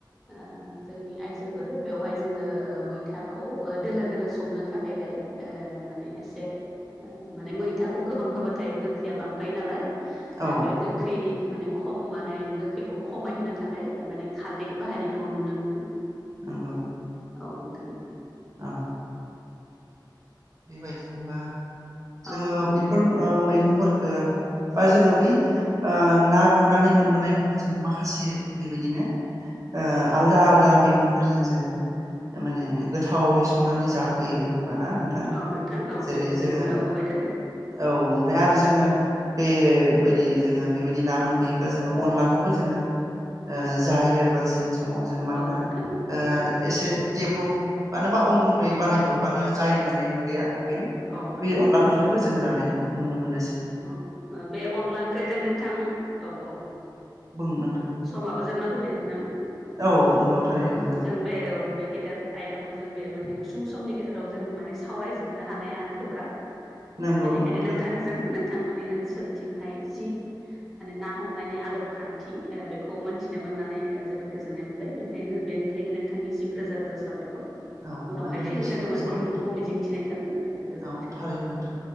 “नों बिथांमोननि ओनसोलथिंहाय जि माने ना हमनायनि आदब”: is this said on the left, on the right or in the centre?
Centre